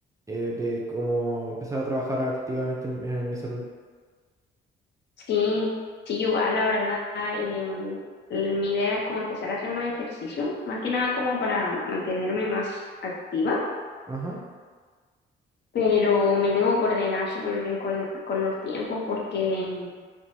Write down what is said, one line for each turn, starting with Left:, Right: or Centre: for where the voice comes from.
Right: eh, de como empezar a trabajar activamente en, en mi salud.
Left: Sí, sí, igual, la verdad, em, l- mi idea es como empezar a hacer más ejercicio, más que nada como para mantenerme más activa,
Right: Ajá,
Left: pero me tengo que coordinar súper bien con, con los tiempos porque em,